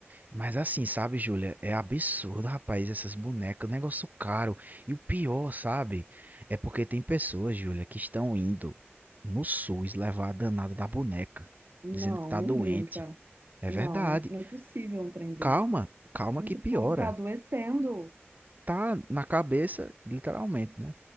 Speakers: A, on the right; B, on the right.
A: Mas assim, sabe, Júlia? É absurdo, rapaz, essas bonecas, negócio caro. E o pior, sabe? É porque tem pessoas, Júlia, que estão indo no SUS levar a danada da boneca,
B: Não,
A: dizendo que tá
B: não
A: doente.
B: brinca.
A: É
B: Não,
A: verdade.
B: não é, não é possível um trem desse.
A: Calma, calma
B: Gente,
A: que piora.
B: o povo tá adoecendo,
A: Tá na cabeça, literalmente, né?